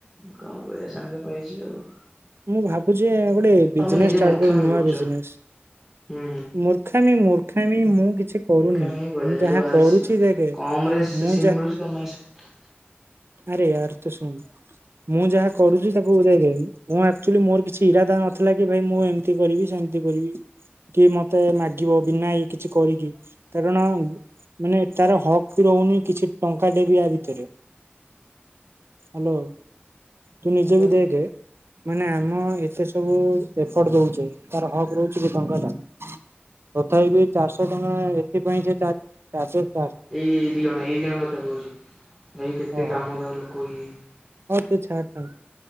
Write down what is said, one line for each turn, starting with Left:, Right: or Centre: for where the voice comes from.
Centre: କଣ କରିବା ସାଙ୍ଗ ପାଇଛୁ ଆଉ।
Right: ମୁଁ ଭାବୁଛି ଗୋଟେ
Centre: ତମେ
Right: ବିଜନେସ
Centre: ନିଜେ
Right: ଷ୍ଟାର୍ଟ
Centre: ମୂର୍ଖାମି
Right: କରିବି ନୂଆ
Centre: କରୁଛ
Right: ବିଜନେସ
Centre: ହୁଁ
Right: ମୂର୍ଖାମିମର୍ଖା ମୂର୍ଖାମୀ ମୁଁ କିଛି କରୁନି
Centre: ମୂର୍ଖାମୀ କୁହାଯାଏ।
Right: ମୁଁ
Centre: ଯୋଉଠି
Right: ଯାହା
Centre: ବାହାରେ
Right: କରୁଛି ଦେଖେ
Centre: କମ୍ ରେ
Right: ମୁଁ
Centre: ସିମ୍ ମିଳୁଛି ତମେ ସେ
Right: ଆରେୟାର ତ ଶୁଣ ମୁଁ ଯାହା କରୁଛି ତାକୁ ବୁଝାଇି ମୁଁ ଆକଚୁଆଲି ମୋର କିଛି ଇରାଦା ନଥିଲା କି ଭାଇ ମୁଁ ଏମିତି କରିବି ସେମତି କରିବି କି ମତେ ମାଗିବ ବିନା କିଛି କରିକି କାରଣ ମାନେ ତାର ହକ୍ ବି ରହୁନି କିଛି ଟଙ୍କା ଟେ ଆ ଭିତରେ ହ୍ୟାଲୋ ତୁ ନିଜେ
Centre: ତାହେଲେ
Right: ବି ଦେଖେ ମାନେ ମୁଁ ଏତେ ସବୁ ଏଫର୍ଟ ଦଉଛେ ତାର ହକ୍ ରହୁଛି କି ଟଙ୍କା ଟା ତଥାପପି ଚାରିଶହ ଟଙ୍କା ଟା ଏଥିପାଇଁ ଯେ
Centre: ଏଇ ଏଇ ଦି ଜଣ ଏଇ ଦି ଜଣ କଥା କହୁଛି ଭାଇ କେତେ କେତେ
Right: ଓହୋ
Centre: କାମୁକ ଲୋକ ଇଏ।
Right: ହଉ ତୁ ଛାଡ ତାଙ୍କୁ